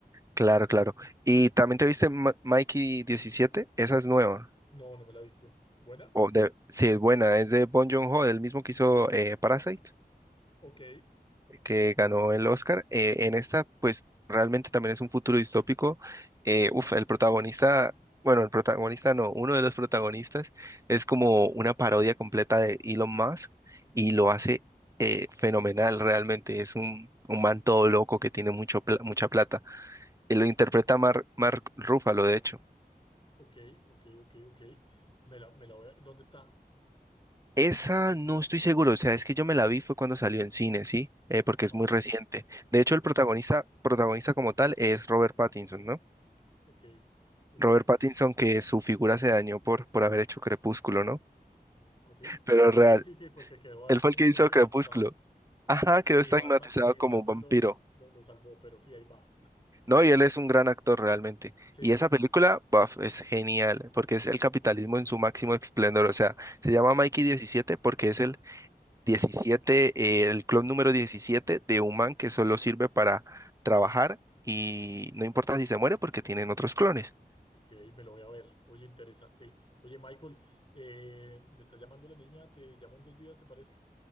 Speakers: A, on the right (about 20°); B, on the left (about 30°).
A: Claro, claro. ¿Y también te viste Ma- Mikey 17? Esa es nueva.
B: No, no me la he visto. ¿Buena?
A: O de, sí, es buena, es de Bong Joon-ho, el mismo que hizo eh, Parasite.
B: Ok,
A: que ganó el Oscar. Eh, en esta, pues realmente también es un futuro distópico. Eh, uf, el protagonista, bueno, el protagonista no, uno de los protagonistas es como una parodia completa de Elon Musk y lo hace eh, fenomenal realmente. Es un, un man todo loco que tiene mucho, pla- mucha plata. Y lo interpreta Mar- Mark Ruffalo, de hecho.
B: ok, ok, ok, ok. Me la, me la voy a... ¿Dónde está?
A: Esa no estoy seguro, o sea, es que yo me la vi fue cuando salió en cine, ¿sí? Eh, porque es
B: Ah,
A: muy
B: ok,
A: reciente. De hecho,
B: ok,
A: el protagonista, protagonista como tal es Robert Pattinson, ¿no?
B: ok, ok.
A: Robert Pattinson, que su figura se dañó por, por haber hecho Crepúsculo, ¿no?
B: ¿Así?
A: Pero
B: Ah,
A: real,
B: sí, Ah, sí, sí, sí, porque quedó ahí
A: él
B: como
A: fue el
B: medio
A: que hizo
B: estigmatizado.
A: Crepúsculo. Ajá, quedó
B: Ni
A: estigmatizado
B: Batman, ni
A: como
B: Batman
A: un vampiro.
B: lo, lo, lo salvó, pero sí, ahí va.
A: No, y él es un gran actor realmente.
B: Sí,
A: Y esa
B: sí,
A: película,
B: sí.
A: buf, es genial, porque es el capitalismo en su máximo esplendor. O sea, se llama Mikey 17 porque es el 17, eh, el clon número 17 de un man que solo sirve para trabajar y no importa si se muere porque tienen otros clones.
B: Ok, me lo voy a ver. Oye, interesante. Oye, Michael, eh, me está llamando la niña, te llamo en dos días, ¿te parece?